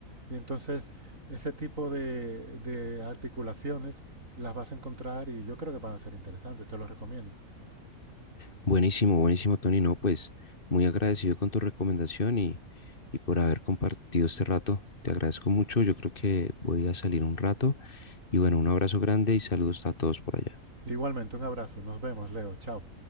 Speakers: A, on the right; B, on the left.
A: Y entonces ese tipo de, de articulaciones las vas a encontrar y yo creo que van a ser interesantes, te los recomiendo.
B: Buenísimo, buenísimo, Tony. No, pues muy agradecido con tu recomendación y, y por haber compartido este rato. Te agradezco mucho. Yo creo que voy a salir un rato. Y bueno, un abrazo grande y saludos a todos por allá.
A: Igualmente, un abrazo, nos vemos, Leo, chao.